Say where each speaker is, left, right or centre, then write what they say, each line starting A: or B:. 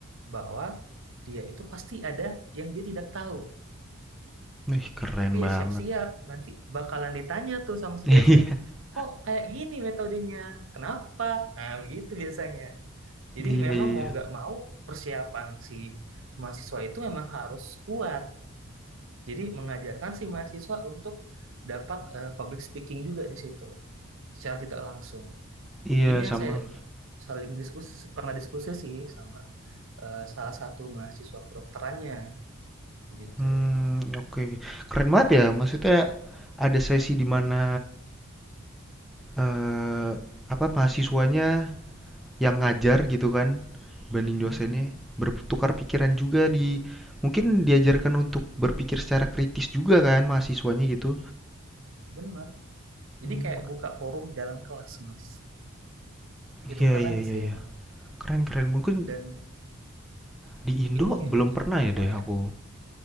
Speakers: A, on the right (about 60°); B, in the centre.
A: bahwa dia itu pasti ada yang dia tidak tahu.
B: Ih keren
A: Tapi
B: banget.
A: ya siap-siap, nanti bakalan ditanya tuh sama si
B: <laughs>
A: dosen, kok kayak gini metodenya? Kenapa? Nah, begitu biasanya. Jadi
B: Iya
A: memang
B: iya iya
A: mau
B: iya.
A: nggak mau persiapan si mahasiswa itu memang harus kuat. Jadi mengajarkan si mahasiswa untuk dapat eh, public speaking juga di situ, secara tidak langsung.
B: Iya,
A: ini
B: sama.
A: yang saya saling diskusi pernah diskusi sih sama eh, salah satu mahasiswa kedokterannya begitu.
B: Hmm oke oke. Keren banget ya. Maksudnya ada sesi di mana eee, apa mahasiswanya yang ngajar gitu kan banding
A: Mm,
B: dosennya
A: mm, mm.
B: bertukar pikiran juga di mungkin diajarkan untuk berpikir secara kritis juga kan mahasiswanya gitu.
A: Benar. Jadi
B: Hmm,
A: kayak buka forum dalam kelas, Mas. Itu
B: iya
A: keren
B: iya iya
A: sih
B: iya.
A: emang.
B: Keren keren. Mungkin
A: Dan
B: di Indo
A: ini
B: belum pernah
A: apa
B: ya deh
A: ya?
B: aku